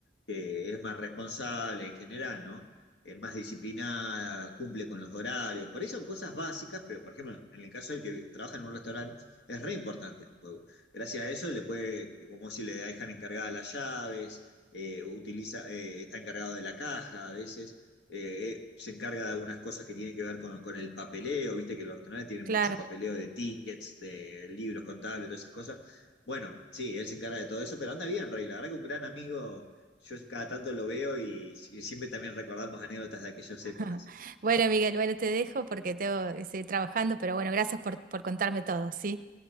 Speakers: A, on the left; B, on the right.
A: que es más responsable en general, ¿no? Es más disciplinada, cumple con los horarios. Por ahí son cosas básicas, pero por ejemplo, en el caso del que trabaja en un restaurante, es re importante el juego. Gracias a eso le puede, como si le dejan encargada las llaves, eh, utiliza, eh, está encargado de la caja a veces eh, se encarga de algunas cosas que tienen que ver con, con el papeleo, viste que los canales tienen
B: Claro.
A: mucho papeleo de tickets, de libros contables, todas esas cosas. Bueno, sí, él se encarga de todo eso, pero anda bien, Rey, la verdad que un gran amigo, yo cada tanto lo veo y, y siempre también recordamos anécdotas de aquellas
B: <laughs>
A: épocas.
B: Bueno, Miguel, bueno, te dejo porque tengo que seguir trabajando, pero bueno, gracias por, por contarme todo, ¿sí?